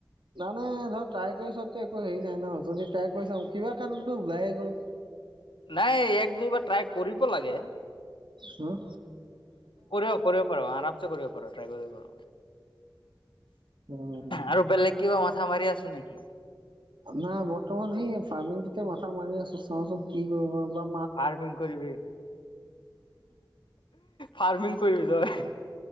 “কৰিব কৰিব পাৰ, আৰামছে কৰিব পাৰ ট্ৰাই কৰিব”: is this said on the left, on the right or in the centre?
Left